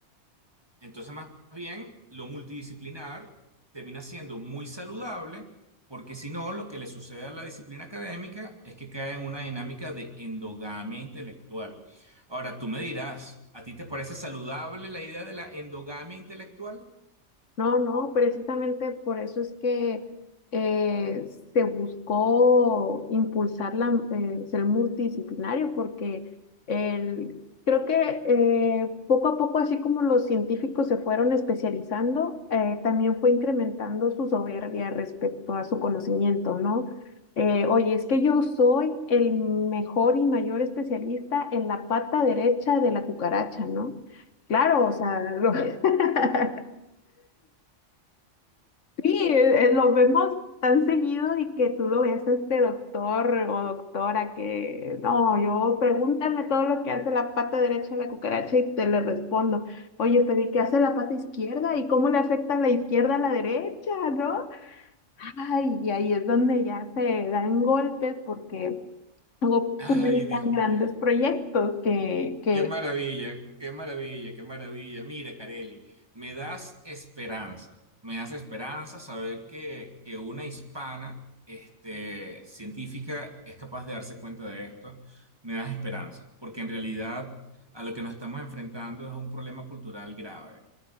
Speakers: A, on the right; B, on the left.
A: Entonces, más bien, lo multidisciplinar termina siendo muy saludable, porque si no, lo que le sucede a la disciplina académica es que cae en una dinámica de endogamia intelectual. Ahora, tú me dirás, ¿a ti te parece saludable la idea de la endogamia intelectual?
B: No, no, precisamente por eso es que eh, se buscó impulsar la, eh, ser multidisciplinario, porque el, creo que eh, poco a poco, así como los científicos se fueron especializando, eh, también fue incrementando su soberbia respecto a su conocimiento, ¿no? Eh, oye, es que yo soy el mejor y mayor especialista en la pata derecha de la cucaracha, ¿no? Claro, o sea, lo... <laughs> Sí, eh, eh, lo vemos tan seguido y que tú lo ves a este doctor o doctora que, no, yo pregúntame todo lo que hace la pata derecha de la cucaracha y te le respondo, oye, pero ¿y qué hace la pata izquierda? ¿Y cómo le afecta la izquierda a la derecha? ¿No? Ay, y ahí es donde ya se dan golpes porque luego
A: Ay,
B: publican
A: Dios mío.
B: grandes proyectos que, que,
A: Qué maravilla, qué maravilla, qué maravilla. Mira, Careli, me das esperanza, me das esperanza saber que, que una hispana, este, científica es capaz de darse cuenta de esto. Me das esperanza, porque en realidad a lo que nos estamos enfrentando es a un problema cultural grave.